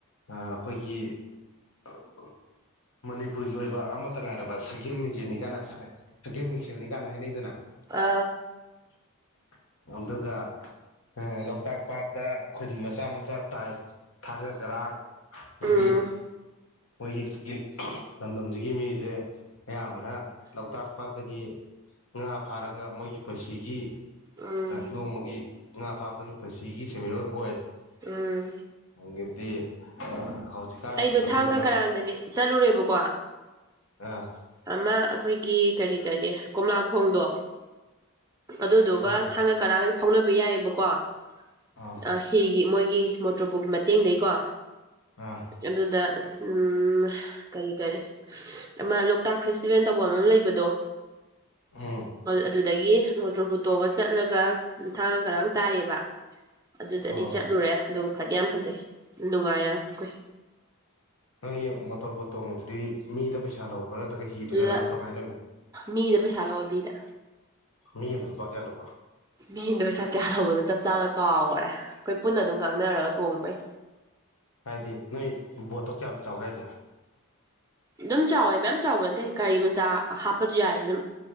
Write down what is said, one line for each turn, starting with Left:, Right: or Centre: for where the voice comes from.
Left: ꯑꯩꯈꯣꯏꯒꯤ <unintelligible> ꯃꯅꯤꯄꯨꯔꯒꯤ ꯑꯣꯏꯕ ꯑꯃꯠꯇ ꯉꯥꯏꯔꯕ ꯁꯛꯍꯦꯜ ꯃꯤꯖꯦꯟꯅꯤꯒꯥꯅ <unintelligible> ꯁꯛꯍꯦꯟ ꯃꯤꯡꯁꯦꯜꯅꯤ ꯀꯥꯟꯅ ꯍꯥꯏꯅꯩꯗꯅꯥ
Right: ꯑ
Left: <unintelligible> ꯑꯗꯨꯒ <unintelligible> ꯂꯣꯛꯇꯥꯛ ꯄꯥꯠꯇ ꯈꯨꯟ ꯃꯆꯥ ꯃꯆꯥ ꯇꯥꯏ ꯊꯥꯡꯒ ꯀꯔꯥꯡ <unintelligible>
Right: ꯎꯝ
Left: ꯃꯣꯏꯒꯤ ꯁꯤꯒꯤ <unintelligible> ꯂꯝꯗꯝꯁꯤꯒꯤ ꯃꯤꯁꯦ ꯑꯌꯥꯝꯕꯅ ꯂꯣꯛꯇꯥꯛ ꯄꯥꯠ ꯑꯗꯒꯤ ꯉꯥ ꯐꯥꯔꯒ ꯃꯣꯏꯒꯤ ꯄꯨꯟꯁꯤꯒꯤ
Right: ꯎꯝ
Left: ꯅꯣꯡꯃꯒꯤ ꯉꯥ ꯐꯥꯕꯗꯨꯅ ꯄꯨꯟꯁꯤꯒꯤ ꯁꯦꯟꯃꯤꯠꯂꯣꯟ ꯑꯣꯏ
Right: ꯎꯝ
Left: ꯍꯪꯗꯤ ꯍꯧꯖꯤꯛꯀꯥꯟ
Right: ꯑꯩꯗꯣ
Left: ꯀꯩꯅꯣ
Right: ꯊꯥꯡꯒ
Left: ꯇꯧꯔꯤꯁꯤꯅ
Right: ꯀꯔꯝꯗꯗꯤ ꯆꯠꯂꯨꯔꯦꯕꯀꯣ
Left: ꯑꯥ
Right: ꯑꯃ ꯑꯩꯈꯣꯏꯒꯤ ꯀꯔꯤ ꯀꯔꯤ ꯀꯣꯝꯂꯥꯈꯣꯡꯗꯣ ꯑꯗꯨꯗꯨꯒ
Left: ꯑꯥ
Right: ꯊꯥꯡꯒ ꯀꯔꯥꯡꯒꯗꯤ ꯐꯥꯎꯅꯕ ꯌꯥꯏꯑꯕꯀꯣ ꯑ
Left: ꯑꯥ
Right: ꯍꯤꯒꯤ ꯃꯣꯏꯒꯤ ꯃꯣꯇꯣꯔꯕꯨꯛꯀꯤ ꯃꯇꯦꯡꯗꯒꯤꯩꯀꯣ
Left: ꯑꯥ
Right: ꯑꯗꯨꯗ ꯎꯝ ꯀꯔꯤ ꯀꯔꯤ ꯑꯃ ꯂꯣꯛꯇꯥꯛ ꯐꯦꯁꯇꯤꯚꯦꯜ ꯇꯧꯕ ꯑꯃ ꯂꯩꯕꯗꯣ
Left: ꯑꯥ
Right: ꯑꯗꯨꯗꯒꯤ ꯃꯣꯇꯣꯔ ꯄꯨꯠꯇꯣꯛꯑꯒ ꯆꯠꯂꯒ ꯊꯥꯡ ꯈꯔꯥꯡ ꯇꯥꯏꯌꯦꯕ ꯑꯗꯨꯗꯗꯤ
Left: ꯑꯣ
Right: ꯆꯠꯂꯨꯔꯦ ꯑꯗꯨꯒ ꯐꯗꯤ ꯌꯥꯝ ꯐꯖꯩ ꯅꯨꯡꯉꯥꯏ ꯌꯥꯝꯈꯏ
Left: ꯅꯪꯒꯤ ꯃꯣꯇꯣꯔ ꯕꯨꯣꯠ ꯇꯣꯡꯕꯗꯨꯗꯤ ꯃꯤꯗ ꯄꯩꯁꯥ ꯂꯈ꯭ꯔꯗ ꯀꯩ <unintelligible>
Right: ꯑꯗꯨꯗ ꯃꯤꯗ ꯄꯩꯁꯂ ꯑꯣꯏꯕꯤꯗ
Left: ꯃꯤ ꯑꯗꯨ ꯂꯨꯄꯥꯒꯂꯛꯧꯕ
Right: ꯃꯤꯗ ꯄꯩꯁꯥ ꯀꯌꯥ ꯂꯧꯕꯅꯣ ꯆꯞ ꯆꯥꯅ ꯀꯥꯎꯈꯔꯦ ꯑꯩꯈꯣꯏ ꯄꯨꯟꯅ ꯑꯗꯨꯝ ꯉꯥꯡꯅꯔꯒ ꯇꯣꯡꯕꯩ
Left: ꯍꯥꯏꯗꯤ ꯅꯣꯏ ꯕꯣꯠꯇꯣ ꯀꯌꯥꯝ ꯆꯥꯎꯒꯦ ꯍꯥꯏꯁꯦ
Right: ꯑꯗꯨꯝ ꯆꯥꯎꯋꯦ ꯃꯌꯥꯝ ꯆꯥꯎꯕ ꯅꯠꯇꯦ ꯒꯥꯔꯤ ꯃꯆꯥ ꯍꯥꯞꯄꯁꯨ ꯌꯥꯏ ꯑꯗꯨꯝ